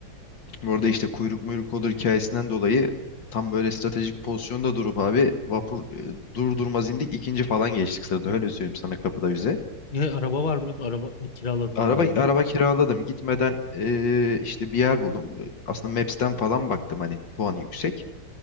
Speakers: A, on the left; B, on the left.
A: Orada işte kuyruk muyruk olur hikayesinden dolayı tam böyle stratejik pozisyonda durup abi vapur e, dur durmaz indik ikinci falan geçtik sırada öyle söyleyeyim sana kapıda vize.
B: E, araba var mıydı? Araba kiraladın
A: Araba
B: galiba.
A: araba kiraladım. Gitmeden eee, işte bir yer buldum. Aslında Maps'ten falan baktım hani puanı yüksek.